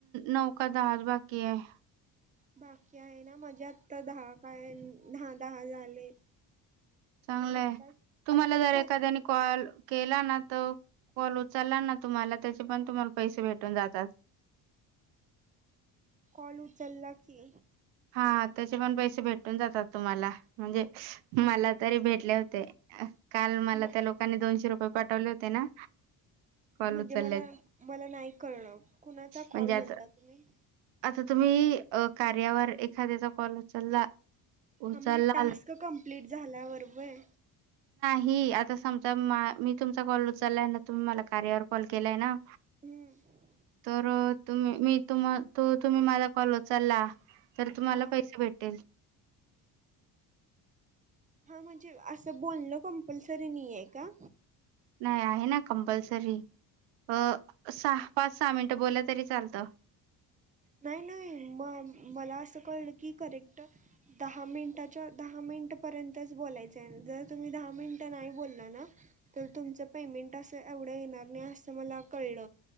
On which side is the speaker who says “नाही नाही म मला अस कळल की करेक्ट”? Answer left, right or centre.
Right